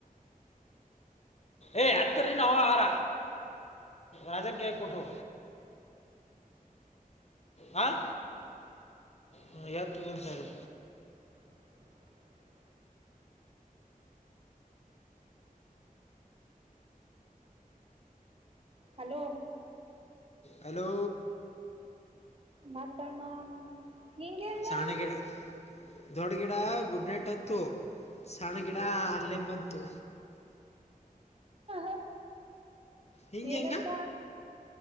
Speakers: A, on the left (about 45°); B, on the right (about 40°).
A: ಏ ಹತ್ತರಿನ ಹ ಆರ ರಾಜನ್ ಕೆ ಕೊಟ್ಟು ಹಂ ಹ ಎತಿದ್ದನ್ ಸಾರೆ
B: <inaudible> ಹಲೋ
A: ಹಲೋ
B: ಮತ್ತ ಅಣ್ಣಾ ನಿಂಗ ಹ್ಯಾಂಗ್
A: ಸಣ್ಣ ಗಿಡ ದೊಡ್ಡ ಗಿಡ ಗುಡ್ ನೈಟ್ ಅಂತು ಸಣ್ಣ ಗಿಡ ಆನ್ಲೈನ್ ಬಂತು
B: ಹ
A: ಹಿಂಗೆ
B: ಏನಂತ
A: ಹೆಂಗ